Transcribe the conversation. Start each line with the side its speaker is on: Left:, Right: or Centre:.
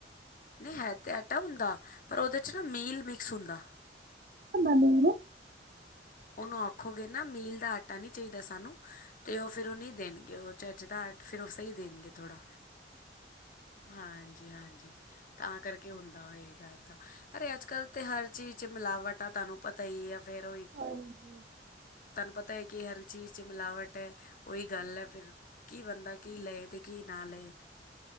Left: ਨਹੀਂ ਹੈ ਤੇ ਆਟਾ ਹੁੰਦਾ ਪਰ ਉਹਦੇ 'ਚ ਨਾ ਮੀਲ ਮਿਕਸ ਹੁੰਦਾ।
Right: ਬਣ ਹੀਨੀ ਰਹੇ <unintelligible>
Left: ਉਹਨੂੰ ਆਖੋਗੇ ਨਾ ਮੀਲ ਦਾ ਆਟਾ ਨੀ ਚਾਹੀਦਾ ਸਾਨੂੰ ਤੇ ਉਹ ਫੇਿਰ ਉਹ ਨਹੀਂੀ ਦੇਣਗੇ ਉਹ ਚੱਜ ਦਾ ਫਿਰ ਉਹ ਸਹੀ ਦੇਣਗੇ ਥੋੜਾ। ਹਾਂਜੀ ਹਾਂਜੀ ਤਾਂ ਕਰਕੇ ਹੁੰਦਾ ਹੋਏਗਾ ਏਦਾਂ ਅਰੇ ਅੱਜ ਕੱਲ੍ਹ ਤੇ ਹਰ ਚੀਜ਼ ਚ ਮਿਲਾਵਟ ਆ ਤੁਹਾਨੂੰ ਪਤਾ ਹੀ ਆ ਫੇਰ
Right: ਹਾਂਜੀ।
Left: ਤਨ ਪਤਾ ਹੈ ਕਿ ਕੀ ਹਰ ਚੀਜ ਚ ਮਿਲਾਵਟ ਹੈ ਉਹਹੀ ਗੱਲ ਹੈ ਫਿਰ, ਕੀ ਬੰਦਾ ਕੀ ਲਏ ਅਤੇ ਕੀ ਨਾ ਲਏ।